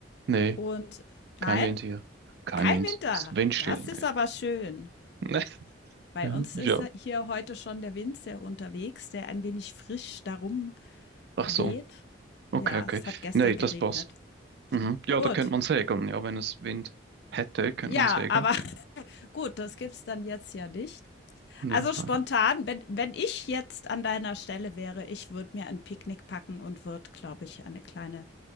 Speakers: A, on the right (about 55°); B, on the left (about 60°).
A: Nee,
B: und
A: kein
B: nein,
A: Wind hier. Kein
B: kein
A: Wind.
B: Winter.
A: Es ist windstill,
B: Das
A: ne?
B: ist aber schön.
A: Nee.
B: Bei
A: Nee.
B: uns
A: <laughs> Ja.
B: ist ja hier heute schon der Wind sehr unterwegs, der ein wenig frisch darum
A: Ach
B: weht.
A: so. Okay,
B: Ja,
A: okay.
B: es hat gestern
A: Nee,
B: geregnet.
A: das passt. Mhm. Ja,
B: Gut.
A: da könnte man segeln. Ja, wenn es Wind hätte, könnte
B: Ja,
A: man segeln.
B: aber <laughs> gut, das gibt's dann jetzt ja nicht.
A: Nee,
B: Also
A: leider.
B: spontan, wenn, wenn ich jetzt an deiner Stelle wäre, ich würde mir ein Picknick packen und würde, glaube ich, eine kleine